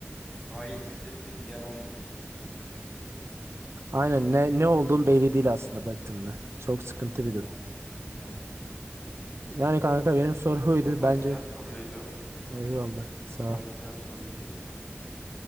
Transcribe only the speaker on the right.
Aynen ne ne olduğun belli değil aslında baktığında. Çok sıkıntı
bir durum.
Yani kanka benim soru buydu
bence.
Eyvallah.
Sağ ol.